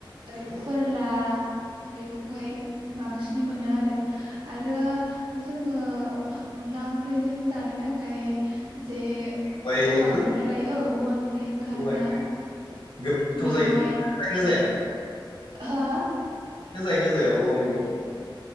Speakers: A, on the right (about 70°); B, on the left (about 70°).
A: ओरै
B: औ
A: फोरला बेफोरखौहाय बांसिन बि मोनो आरो आरो जोङो अनला ओंख्रिजों । जानो थाखाय जे
B: औवाइफोर
A: औवानिफ्राय औ औवानिफ्राय ओंखारोना
B: औवानि गोबां गोथाव
A: मेवाइ
B: जायो जायोना
A: औ।
B: जाया
A: हा?
B: ना जों जायो ना जाया औवा मेवाय